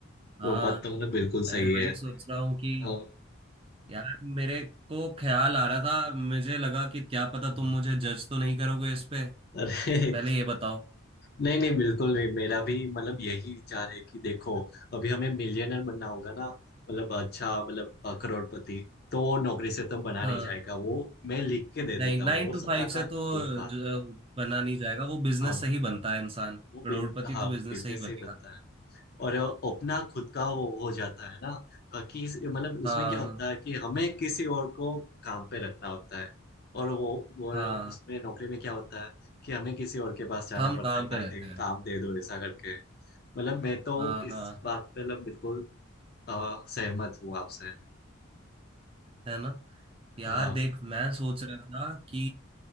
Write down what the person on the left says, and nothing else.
वो बात तो मतलब बिल्कुल
सही
है
हाँ
हम्म,
अरे <laughs>
नहीं नहीं बिल्कुल नहीं मेरा भी मतलब यही विचार है कि देखो अभी हमें मिलियनर बनना होगा ना मतलब अच्छा मतलब अ, करोड़पति तो वो नौकरी से तो बना
नहीं जाएगा वो मैं लिख के दे देता
हूँ वो
सट्टा
का
ट्रू बात
है
हाँ
वो बिन
हाँ
बिजनेस
से ही बनता है और अपना खुद का हो, हो जाता है ना अ, कि इस- मतलब उसमें
क्या होता है कि हमें किसी और को काम पे रखना होता है और वो और
उसमें नौकरी में क्या होता है कि हमें किसी और के पास जाना
पड़ता
है
भाई
दे,
काम दे दो ऐसा करके मतलब मैं तो
इस बात
पे मतलब बिल्कुल अ, सहमत हूँ आपसे
हाँ